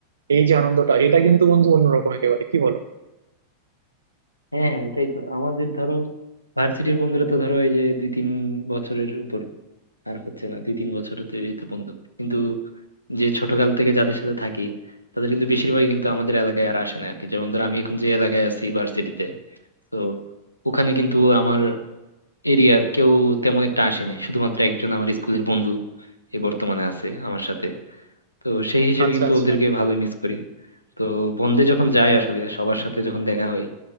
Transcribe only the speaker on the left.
হ্যাঁ হ্যাঁ ওটাই তো আমাদের ধরো ভার্সিটির বন্ধুরা তো ধরো এই যে দুই তিন বছরের উপর আর হচ্ছে না দুই তিন বছরের এই তো বন্ধু কিন্তু যে ছোটকাল থেকে যাদের সাথে থাকি তাদের কিন্তু বেশিরভাগই কিন্তু আমাদের এলাকায় আর আসে না আর কি যেমন ধর আমি এখন যে এলাকায় আছি ভার্সিটিতে তো ওখানে কিন্তু আমার এরিয়ার কেউ তেমন একটা আসে নাই শুধুমাত্র একজন আমার স্কুলের বন্ধু এ বর্তমানে আছে আমার সাথে তো সেই হিসেবে
কিন্তু
ওদেরকে ভালোই মিস করি তো বন্ধে যখন যাই আসলে সবার সাথে যখন দেখা হয়